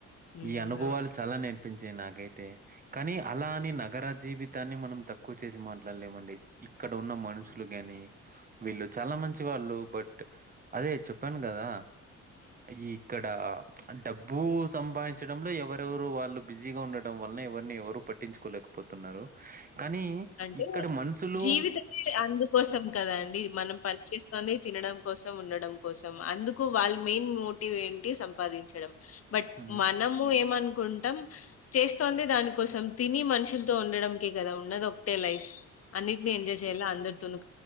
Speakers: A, on the left; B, on the right.
A: ఉమ్,
B: ఈ అనుభవాలు
A: అవును.
B: చాలా నె పించే నాకైతే కానీ అలాని నగర జీవితాన్ని మనం తక్కువ చేసి మాట్లాడలేమండి. ఇక్కడ ఉన్న మనుషులు కాని, వీళ్ళు చాలా మంచి వాళ్ళు బట్ అదే చెప్పాను కదా.
A: ఉన్న
B: ఈ ఇక్కడ డబ్బు సంపాదించడంలో ఎవరెవరు వాళ్ళు బిజీగా ఉండడం వల్ల ఎవరు ని ఎవరు పట్టించుకోలేకపోతున్నారు. కానీ
A: నండి
B: ఇక్కడ మనుషులు
A: జీవితం విలే అందుకోసం కదా అండి మనం పనిచేస్తుతోంది. తినడం కోసం, ఉండడం కోసం అందుకు వాళ్ళ మెయిన్ మోటివ్ ఏంటి సంపాదించడం బట్
B: హ్మ్.
A: మనము ఏమన్ కుంటాం. చేస్తోంది దానికోసం తిని మనుషులతో ఉండంకే కదా ఉన్నదొ ఒ కటె లైఫ్ అన్నింటిని ఎంజాయ్ చేయిలా అందరితోను